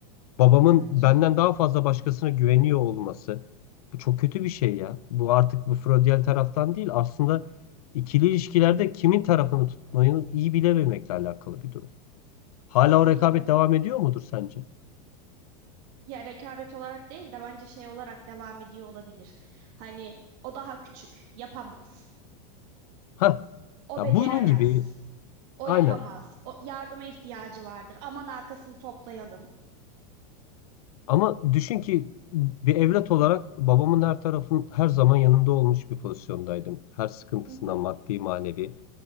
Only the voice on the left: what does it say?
babamın
benden daha fazla başkasına güveniyor olması bu çok kötü bir şey ya. Bu artık bu Freudiyen taraftan değil aslında ikili ilişkilerde kimin tarafını tutmayı iyi bilememekle alakalı bir durum. Hala
o rekabet devam ediyor mudur sence?
Ha,
ya
bunun gibi
aynen.
Ama düşün ki bir evlat olarak babamın her tarafın her zaman yanında olmuş bir pozisyondaydım. Her sıkıntısından
maddi manevi.